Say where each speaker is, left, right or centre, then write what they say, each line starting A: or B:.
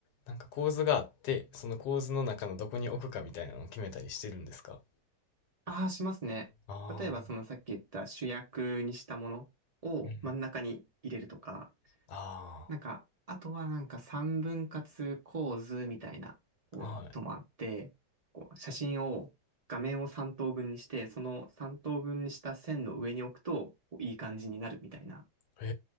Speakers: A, on the left; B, on the right.
A: なんか構図があって、その構図の中のどこに置くかみたいなのを決めたりしてるんですか
B: ああ、しますね。
A: ああ、
B: 例えばそのさっき言った主役にしたものを真ん中に入れるとか、
A: うん。あ
B: なんか、あとはなんか三分割構図みたいなこうのもあって、
A: あ、はい。
B: こう写真を画面を三等分にして、その三等分にした線の上に置くとこういい感じになるみたいな、
A: え